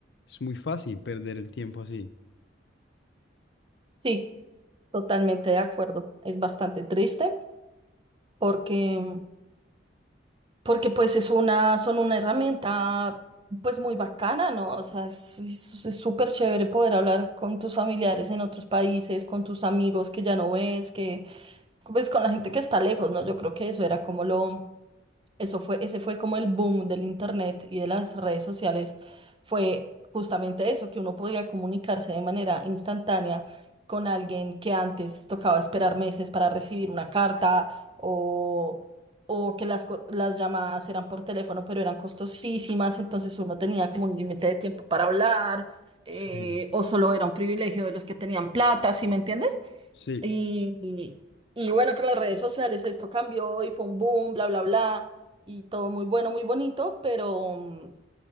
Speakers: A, on the left; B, on the right.
A: Es muy fácil perder el tiempo así.
B: Sí, totalmente de acuerdo. Es bastante triste porque, porque pues es una, son una herramienta pues muy bacana, ¿no? O sea, es es- es súper chévere poder hablar con tus familiares en otros países, con tus amigos que ya no ves, que pues con la gente que está lejos, ¿no? Yo creo que eso era como lo, Eso fue, ese fue como el boom del internet y de las redes sociales. Fue justamente eso, que uno podía comunicarse de manera instantánea con alguien que antes tocaba esperar meses para recibir una carta o, o que las, co- las llamadas eran por teléfono, pero eran costosísimas, entonces uno tenía como un límite de tiempo para hablar eh,
A: Sí.
B: o solo era un privilegio de los que tenían plata, ¿sí me entiendes?
A: Sí.
B: Y, y- bueno, con las redes sociales esto cambió y fue un boom, bla, bla, bla, y todo muy bueno, muy bonito, pero, mm,